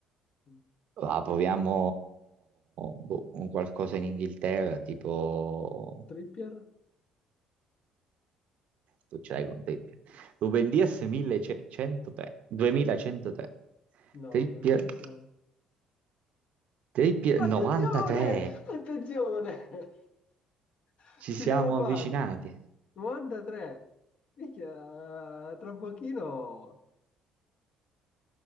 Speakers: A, on the left; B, on the right.
A: Mm.
B: Ah, proviamo boh, un qualcosa in Inghilterra, tipo...
A: Trippier?
B: Tu ce l'hai con Trippier. Ruben Dias 1103. 2103.
A: No,
B: Trippier.
A: non ci siamo.
B: Trippier
A: Attenzione!
B: 93.
A: Attenzione! <laughs>
B: Ci
A: Ci
B: siamo
A: siamo quasi.
B: avvicinati.
A: 93. Minchia, tra pochino...